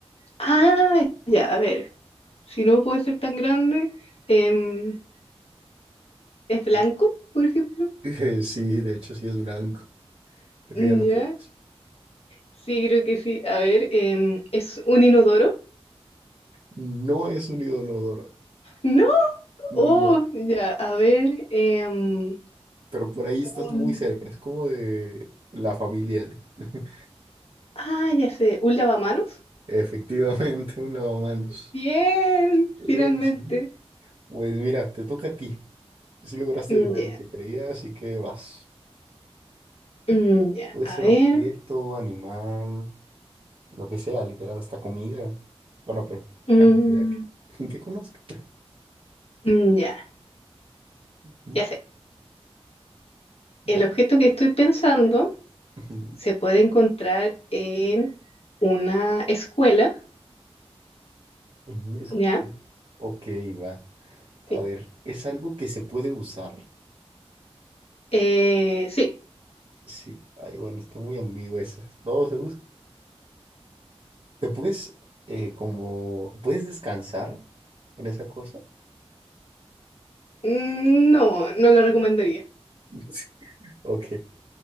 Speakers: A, on the left; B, on the right.
A: Ah, ya, a ver. si no puede ser tan grande, em, es blanco,
B: <laughs>
A: por ejemplo.
B: Eh, Sí, de hecho sí es blanco. Creo
A: Ya,
B: que ya lo tienes.
A: sí, creo que sí. A ver, em, ¿es un inodoro?
B: No es un odonodoro.
A: No,
B: No.
A: oh, ya, a ver, em,
B: Pero por ahí estás
A: un...
B: muy cerca. Es como de la familia de... <laughs>
A: Ah, ya sé, ¿un lavamanos?
B: Efectivamente, un lavamanos.
A: Bien,
B: Eh,
A: finalmente.
B: sí. Pues mira, te toca a ti. Si lograste
A: Mm,
B: adivinar
A: Ya,
B: el que creía, así que vas.
A: mm, ya,
B: Puede
A: a
B: ser
A: ver,
B: objeto, animal, lo que sea, literal, hasta comida. Bueno, pero
A: mm,
B: una comida que, <laughs> que conozca.
A: mm, ya,
B: ¿Mm?
A: ya sé.
B: ¿Ya?
A: El objeto que estoy pensando
B: Ujú.
A: se puede encontrar en una escuela,
B: <laughs> Ujú, es
A: ¿ya?
B: como- Ok, va. A
A: Sí.
B: ver, ¿es algo que se puede usar?
A: Eh, sí,
B: Sí. Ay, bueno, está muy ambigua esa. No se usa. ¿Te puedes, eh, como, puedes descansar con esa cosa?
A: Mm, no, no lo recomendaría.
B: <laughs> Ok.